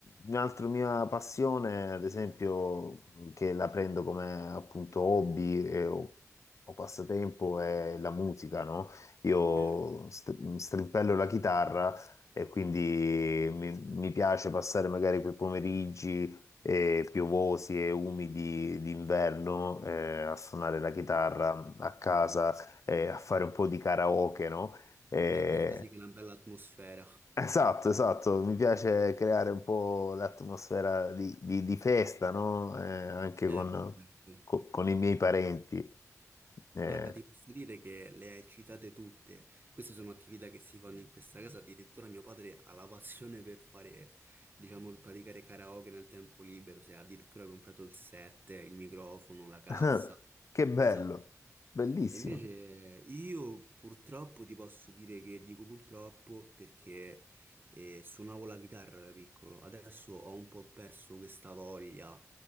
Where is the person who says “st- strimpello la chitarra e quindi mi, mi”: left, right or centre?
Left